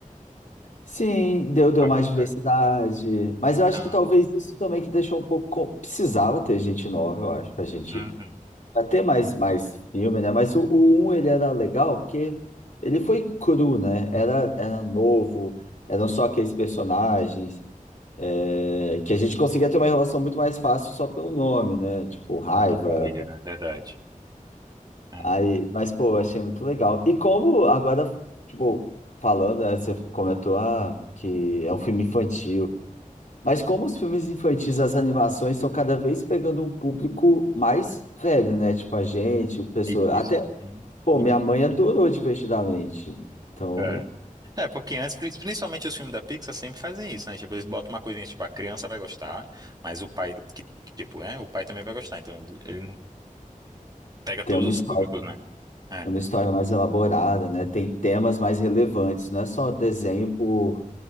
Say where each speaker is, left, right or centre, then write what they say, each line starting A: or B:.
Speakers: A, on the left; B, on the right.
A: Sim, deu, deu
B: abordar.
A: mais diversidade. Mas eu acho
B: Tá.
A: que talvez isso também que deixou um pouco. com- Precisava ter gente nova, eu acho, pra gente
B: Uhum.
A: pra ter mais, mais filme, né? Mas o, o 1 ele era legal porque ele foi cru, né? Era, era novo, eram só aqueles personagens é, que a gente conseguia ter uma relação muito mais fácil só pelo nome, né? Tipo, Raiva,
B: Pra pegar ele, né? Verdade. É.
A: Aí, mas, pô, achei muito legal. E como agora, tipo, falando, né, você comentou, ah, que é um filme infantil. Mas como os filmes infantis, as animações estão cada vez pegando um público mais velho, né? Tipo, a gente, o pessoal.
B: Isso.
A: Até,
B: Uhum.
A: pô,
B: Uhum.
A: minha mãe adorou Divertidamente. Então,
B: É. É, porque antes, pri- principalmente os filmes da Pixar sempre fazem isso, né? Tipo, eles botam uma coisinha, tipo, a criança vai gostar, mas o pai, que, que, tipo, é, o pai também vai gostar, então ele não pega
A: tem
B: todos
A: uma
B: os
A: história,
B: públicos, né? É,
A: uma história mais elaborada, né? Tem temas mais relevantes, não é só desenho por,